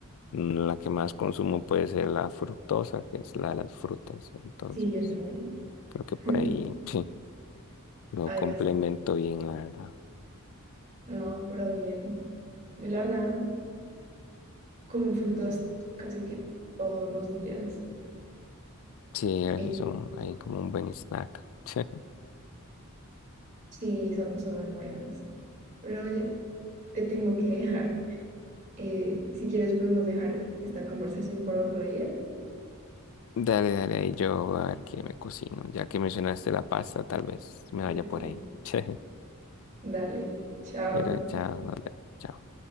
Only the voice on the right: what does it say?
Sí, yo también.
<laughs>
Ay,
basta.
No, pero bien. Yo la verdad. como frutas casi que todos los días.
Eh,
sí, son, son muy buenas. Pero oye, te tengo que dejar. Eh, si quieres, podemos dejar esta conversación para otro día.
Sí,
dale, chao.